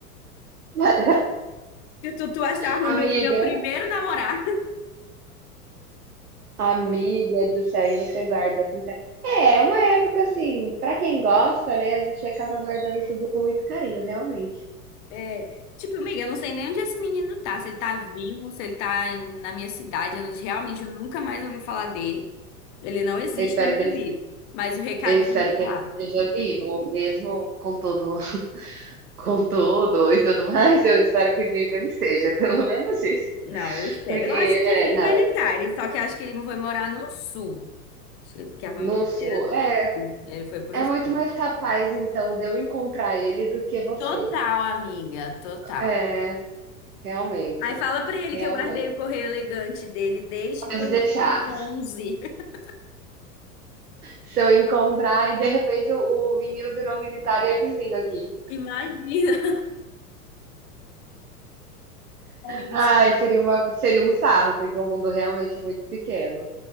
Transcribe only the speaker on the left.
Se tu, tu achar ruim
meu, meu primeiro namorado.
É, tipo, amiga, eu não sei nem onde esse menino tá, se ele tá vivo, se ele tá em- na minha cidade, eu não- realmente eu nunca mais ouvi falar dele. Ele não existe
na minha
vida. Mas o recadinho
tá
lá.
Não, eu espero.
Eu acho
que vivo
ele tá. Ele, só que eu acho que ele foi morar no sul. Acho que é Porque a família
dele era do-
ele foi pro
sul.
Total, amiga, total.
Aí fala pra ele
que eu guardei o correio elegante dele desde dois
mil e onze. <laughs>
Imagina. É
isso.